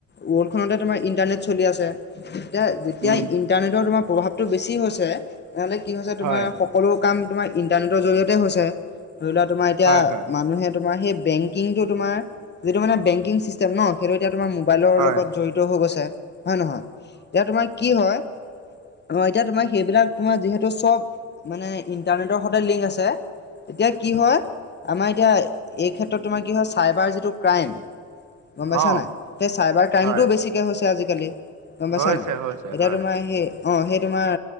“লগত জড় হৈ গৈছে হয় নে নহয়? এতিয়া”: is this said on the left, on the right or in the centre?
Left